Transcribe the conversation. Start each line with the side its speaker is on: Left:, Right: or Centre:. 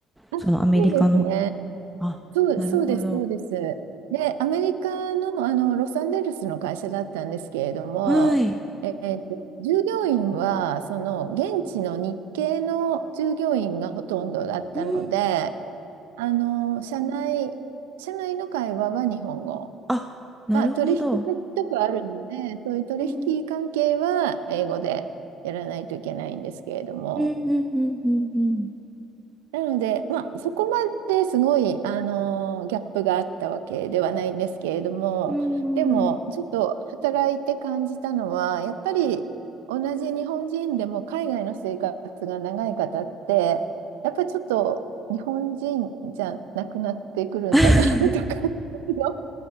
Right: あそうですね。
Centre: そのアメリカの。あなるほど。
Right: そう、そうです、そうです。で、アメリカの、あの、ロサンゼルスの会社だったんですけれども、
Centre: はい。
Right: えーと、従業員は、その、現地の日系の従業員がほとんどだったので、
Centre: うん。
Right: あの、社内、社内の会話は日本語。
Centre: あ、なるほど。
Right: まあ、取引先とかあるので、そういう取引関係は英語でやらないといけないんですけれども、
Centre: うん。うんうんうんうん
Right: なので、まあ、そこまですごい、あのーギャップがあったわけではないんですけれども、
Centre: うん、うん。
Right: でも、ちょっと働いて感じたのは、やっぱり同じ日本人でも海外の生活が長い方って、やっぱりちょっと日本人じゃなくなってくるんだな
Centre: <laughs>
Right: <laughs> とかっていうの、